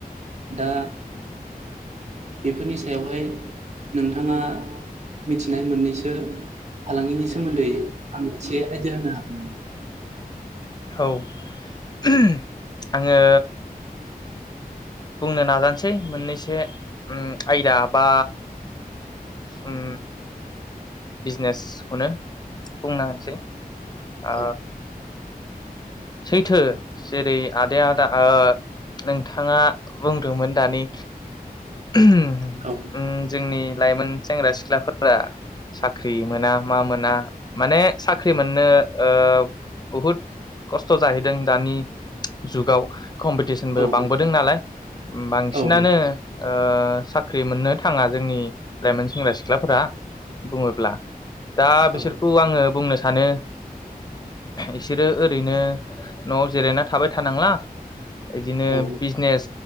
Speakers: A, on the right (about 45°); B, on the left (about 25°).
A: दा बेफोरनि सायावहाय नोंथाङा मिथिनाय मोननैसो फालांगिनि सोमोन्दै आंनो एसे आयडिया होनो हागोन नामा?
B: औ <unintelligible> आङो बुंनो नाजानोसै मोननैसो ओम आयदा बा ओम बिजनेसखौनो बुंनो होनासै। आ
A: औ
B: सैथो जेरै आदाया आदा ओ नोंथाङा बुंदोंमोन दानि <unintelligible>
A: औ
B: ओम जोंनि लाइमोन सेंग्रा सिख्लाफोरा साख्रि मोना मा मोना माने साख्रि मोननो ओ बहुद खस्थ' जाहैदों दानि जुगाव। कम्पिटिसनबो
A: औ
B: बांबोदों
A: नोंथां
B: नालाय। बांसिनानो
A: औ नोंथां
B: ओ ओ साख्रि मोननो थाङा जोंनि लाइमोन सेंग्रा सिख्लाफोरा बुङोब्ला। दा बिसोरखौ
A: औ
B: आङो बुंनो सा सानो ओ इसोरो ओरैनो न'आव जिरायना थाबाय थानांला इदिनो
A: औ
B: बिजनेस